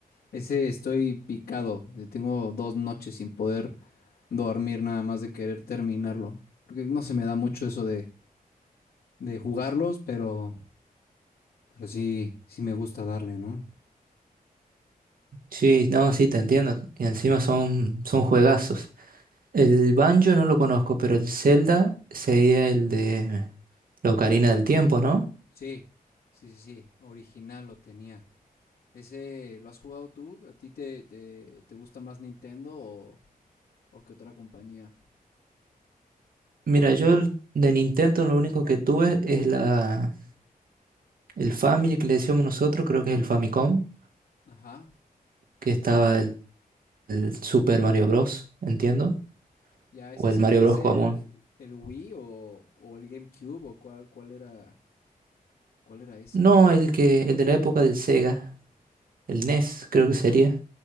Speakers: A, on the left; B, on the right.
A: Ese estoy picado. eh, Tengo dos noches sin poder dormir nada más de querer terminarlo. Porque no se me da mucho eso de, de jugarlos, pero, pero sí, sí me gusta darle, ¿no?
B: Sí, no, sí, te entiendo, y encima son, son juegazos. El banjo no lo conozco, pero el Zelda sería el de la Ocarina del Tiempo, ¿no?
A: Sí, sí, sí, sí. Original lo tenía. ¿Ese lo has jugado tú? ¿A ti te, te, te gusta más Nintendo o, o qué otra compañía?
B: Mira, yo el- de Nintendo lo único que tuve es la, el Family que le decíamos nosotros, creo que es el Famicom,
A: Ajá.
B: que estaba el, el Super Mario Bros., entiendo,
A: Ya,
B: o
A: ese es
B: el Mario
A: el que
B: Bros.
A: es el,
B: común.
A: el Wii o, o el GameCube o cuál, cuál era, cuál era ese.
B: No, el que, el de la época del Sega, el NES, creo que sería.